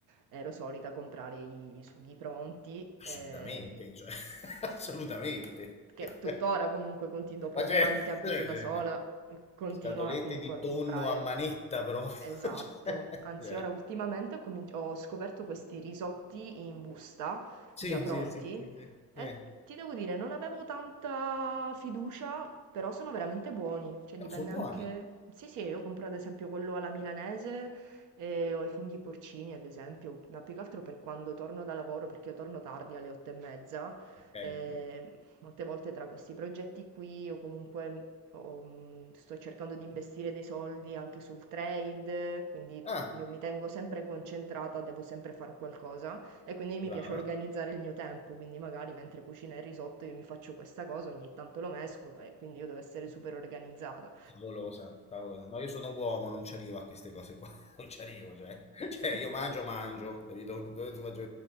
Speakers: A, on the right (about 85°); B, on the left (about 20°).
A: ero solita comprare i sughi pronti,
B: assolutamente,
A: ehm,
B: cioè, <laughs> assolutamente.
A: che
B: <laughs>
A: tuttora comunque conti- dopo
B: Ma c'è...
A: tre anni che abito
B: <laughs>
A: da sola, eh, continuo
B: Scatolette
A: a- comunque
B: di
A: a comprare.
B: tonno a manetta proprio.
A: Esatto,
B: <laughs> Cioè,
A: anzi
B: cioè,
A: ora ultimamente ho, cominci- ho scoperto questi risotti in busta
B: Sì,
A: già pronti
B: sì, sì, sì, sì.
A: e
B: sì.
A: ti devo dire, non avevo tanta fiducia, però sono veramente buoni, cioè
B: No,
A: dipende
B: sono buoni.
A: anche... Sì, sì, io compro ad esempio quello alla milanese e ho i funghi porcini ad esempio, ma più che altro per quando torno da lavoro, perché io torno tardi alle otto e mezza,
B: Ok.
A: e molte volte tra questi progetti qui o comunque ho- mh, sto cercando di investire dei soldi anche sul trade, quindi
B: Ah,
A: io mi tengo sempre concentrata, devo sempre fare qualcosa. E quindi mi
B: brava.
A: piace organizzare il mio tempo, quindi magari mentre cucina il risotto io mi faccio questa cosa, ogni tanto lo mescolo e quindi io devo essere super organizzata.
B: Favolosa, favolosa. No, io sono uomo, non ci arrivo a queste cose qua. <laughs> Non ci arrivo, cioè. <laughs> Cioè, io
A: <laughs>
B: mangio, mangio, capito? <laughs> Dove ti faccio-